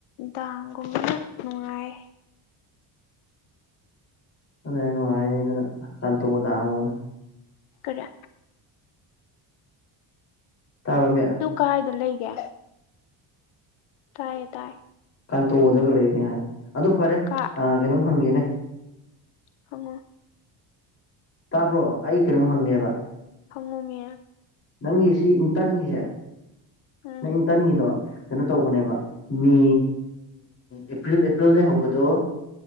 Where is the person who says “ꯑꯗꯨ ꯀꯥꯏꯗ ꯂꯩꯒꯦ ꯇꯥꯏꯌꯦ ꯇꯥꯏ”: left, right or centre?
Left